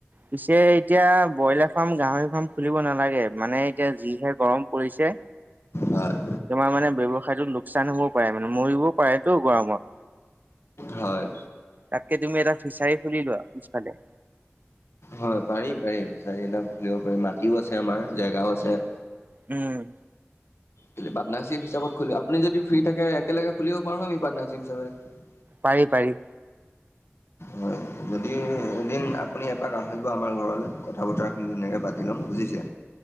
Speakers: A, on the right (about 40°); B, on the left (about 70°).
A: পিছে এতিয়া ব্ৰইলাৰ ফাৰ্ম গাহৰি ফাৰ্ম খুলিব নালাগে মানে এতিয়া যিহে গৰম পৰিছে
B: হয়
A: তোমাৰ মানে ব্যৱসায়টো লোকচান হ'বও পাৰে মানে মৰিবও পাৰেতো গৰমত
B: হয়।
A: তাককে তুমি এটা ফিচাৰী খুলি লোৱা পিছফালে
B: হয় পাৰিম পাৰিম চাৰি পাৰিম মাটিও আছে আমাৰ জেগাও আছে
A: উম।
B: কেলে পাৰ্টনাৰশ্বিপ হিচত খুলোঁ আপুনি যদি ফ্ৰী থাকে একেলগে খুলিব পাৰো আমি পাৰ্টনাৰশ্বিপ হিচাপে।
A: পাৰি পাৰি।
B: হয় যদি এদিন আপুনি এপাক আহিব আমাৰ ঘৰলৈ কথা বতৰসিনি ধুনীয়াকে পাতি ল'ম বুজ বুজিছে?